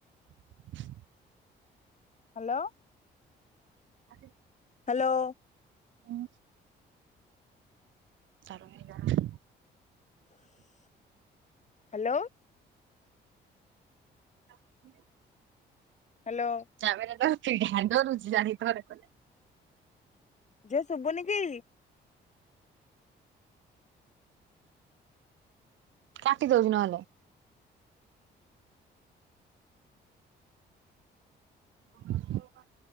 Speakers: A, on the right (about 75°); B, on the left (about 35°).
A: <unintelligible>
B: ହ୍ୟାଲୋ।
A: <unintelligible>
B: ହ୍ୟାଲୋ।
A: ହୁଁ। ଚାଲୁ ହେଇଗଲୁଣି।
B: ହ୍ୟାଲୋ।
A: <inaudible>
B: ହ୍ୟାଲୋ।
A: ଜାମ ତଣ୍ଡ ରରୁଛି ଜାଣିିଥରେ କଲେ।
B: ଝିଅ ଶୁଭୁନି କି?
A: କାଟିଦଉଛି ନହେଲେ। <unintelligible>